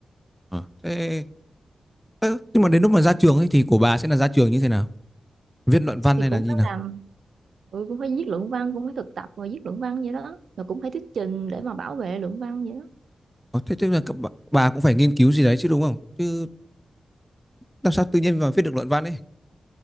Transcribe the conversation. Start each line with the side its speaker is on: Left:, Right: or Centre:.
Centre: ờ. Thế Ơ, nhưng mà đến lúc mà ra trường ấy thì của bà sẽ là ra trường như thế nào? Viết luận văn
Right: Thì
Centre: hay
Right: cũng
Centre: là như
Right: phải
Centre: nào?
Right: làm, ừ, cũng phải viết luận văn, cũng phải thực tập rồi viết luận văn vậy đó, rồi cũng phải thuyết trình để mà bảo vệ luận văn vậy đó
Centre: Ờ, Thế tức là các bà, bà cũng phải nghiên cứu gì đấy chứ đúng không? Chứ làm sao tự nhiên mà viết được luận văn ấy?